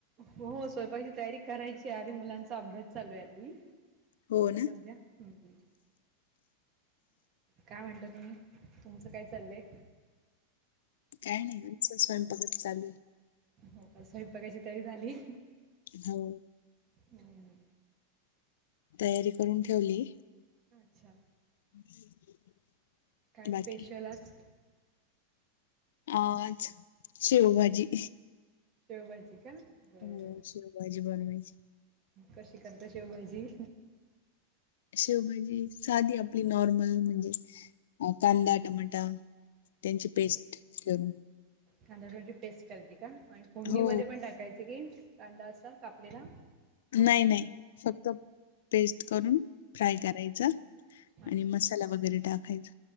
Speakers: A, on the right (about 35°); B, on the left (about 80°).
A: हो स्वयंपाची तयारी करायची आधी मुलांचा अभ्यास चालू आहे आधी
B: हो
A: आता
B: ना
A: सध्या हम्म काय म्हणता तुम्ही तुमचं काय चाललंय?
B: काय नाही आचं स्वयंपकत चालु
A: हो काय स्वयंपाक ची तयारी झाली.
B: हो.
A: हम्म.
B: तयारी करून ठेवली.
A: अच्छा
B: <inaudible>
A: काय
B: बाकी
A: स्पेशल आज
B: आज, शेवभाजी
A: शेवभाजी का? बरं
B: हो शेवभाजी बनवायची.
A: कशी करता शेवभाजी?
B: शेवभाजी साधी आपली नॉर्मल म्हणजे कांदा टमाटा त्यांची पेस्ट करून.
A: कांदा भजीची पेस्ट करायची का आणि फोंडणीमध्ये
B: हो
A: पण टाकायचे की कांदा असा कापलेला?
B: नाही नाही, फक्त पेस्ट करून फ्राय करायच. आणि
A: अच्छा
B: मसाला वगैरे टाकायच.